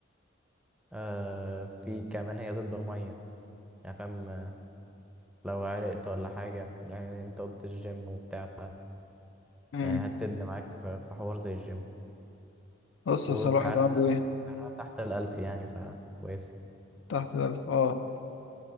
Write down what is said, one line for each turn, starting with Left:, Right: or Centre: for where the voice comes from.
Centre: آه في كمان هي ضد المية يعني فاهم آه، لو عرقت ولا حاجة يعني أنت قلت الجيم وبتاع ف
Left: مم.
Centre: يعني هتسد معاك في في حوار زي الجيم
Left: بص
Centre: وسعرها
Left: أصل الواحد عنده ايه
Centre: سعرها تحت الألف يعني فكويس
Left: تحت الألف اه